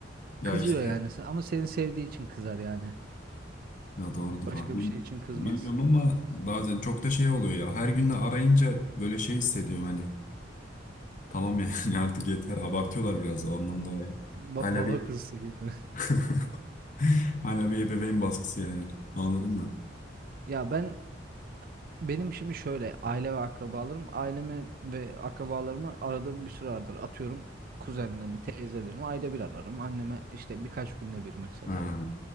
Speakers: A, on the left; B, on the right.
A: Ya
B: Kızıyor
A: işte.
B: yani sen- ama seni sevdiği için kızar yani.
A: Ya doğrudur
B: Başka
A: lan. Bil-
B: bir şey için kızmaz.
A: Bilmiyorum ama bazen çok da şey oluyor ya. Her gün de arayınca böyle şey hissediyorum hani. Tamam yani <laughs> artık yeter abartıyorlar biraz ondan dolayı.
B: Ba-
A: Hala
B: baba
A: bir
B: kuzusu gibi.
A: <laughs> hala bir ebeveyn baskısı yani. Anladın mı?
B: <laughs> Ya ben benim şimdi şöyle aile ve akrabalarım ailemi ve akrabalarımı aradığım bir süre vardır. Atıyorum kuzenlerimi, teyzelerimi ayda bir ararım. Anneme işte birkaç günde bir mesela.
A: Ha.